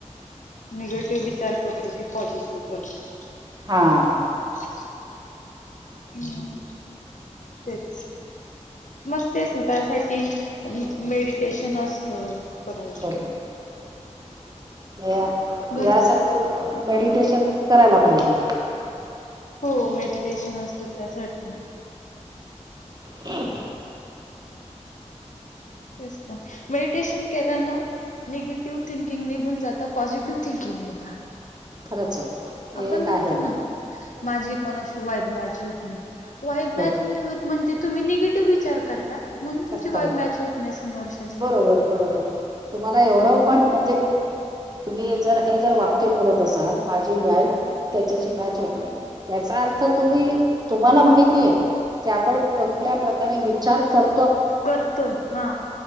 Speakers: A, on the left (about 85°); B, on the right (about 35°).
A: निगेटिव्ह विचार करतो, की पॉझिटिव्ह करतो.
B: हा, हा
A: मगं हं तेच, मग तेच ना त्यासाठी मेडिटेशन असतं. परत
B: बरोबर या
A: भर
B: यासाठी ते मेडिटेशन करायला पाहिजे.
A: हो मेडिटेशन असतं त्यासाठी
B: हं
A: तेच ना मेडिटेशन केल्यान निगेटिव्ह थिंकिंग निघून जात. पॉझिटिव्ह थिंकिंग येतं.
B: खरचं आहे.
A: आपण
B: हे एक
A: म्हणतो
B: आहे
A: ना माझी कोणाशी वाईब मॅच होत नाही. वाईब
B: हो
A: मॅच नाही होत म्हणजे तुम्ही निगेटिव्ह विचार करता ना म्हणून तुमची
B: करतात
A: वाईब मॅच होत नाही समोरच्याशी
B: बरोबर बरोबर तुम्हाला एवढं पण म्हणजे तुम्ही जर हे जर वाक्य बोलत असाल माझी वाईब त्याच्याशी मॅच होत नाही. याचा अर्थ तुम्ही तुम्हाला माहितीय की आपण कुठल्या प्रकारे विचार कर
A: करतोय. हा